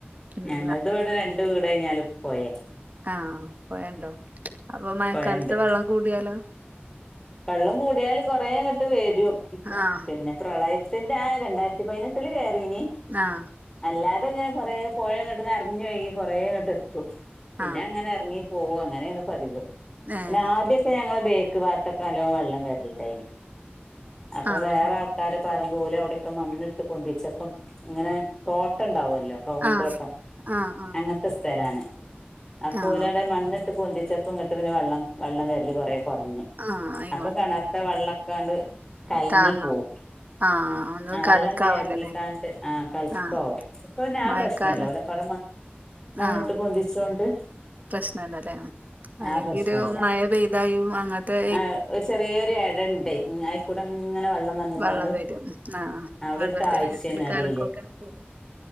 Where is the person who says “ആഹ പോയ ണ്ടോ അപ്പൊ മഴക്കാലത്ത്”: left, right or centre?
Right